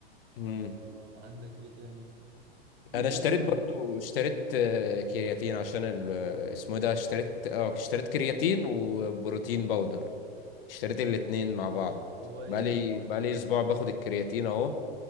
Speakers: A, on the left; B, on the right.
A: امم
B: آه وعندك إيه تاني في
A: انا
B: كذا
A: اشتريت برضو اشتريت آه، كرياتين عشان ال- آه، اسمه إيه ده اشتريت اه اشتريت كرياتين وبروتين باودر اشتريت الاتنين مع بعض
B: كويس
A: بقالي
B: كويس
A: بقالي اسبوع باخد الكرياتين اهو